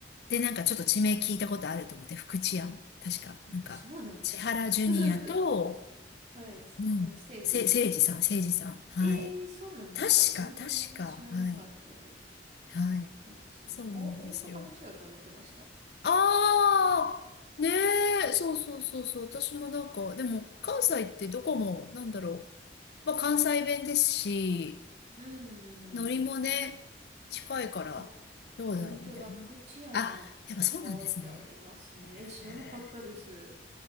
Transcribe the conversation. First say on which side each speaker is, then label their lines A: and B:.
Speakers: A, on the left (about 65°); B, on the right (about 40°).
A: で、なんかちょっと地名聞いたことあると思って、福知山。確か、なんか、
B: そうなんですか
A: 千原ジュニアと、
B: <laughs> はい。
A: うん、
B: あの、セイジさんですよね。
A: せ、せいじさん、せいじさん。はい。
B: えー、そうなんですか。
A: 確か、
B: 全然知らなかったです。
A: 確か、はい。はい。
B: 福知山。
A: そうなんですよ。
B: お、大阪の人だと思ってました。
A: ああ、ねえ、そうそうそうそう。私もなんか、でも、関西ってどこも、なんだろう。まあ、関西弁ですし、
B: うーん。
A: ノリもね、近いから、
B: あ、
A: どうだろうみたいな。
B: 本当だ。福知山って書いてありますね。
A: あ、やっぱそうなんですね。えー
B: えー、知らなかったです。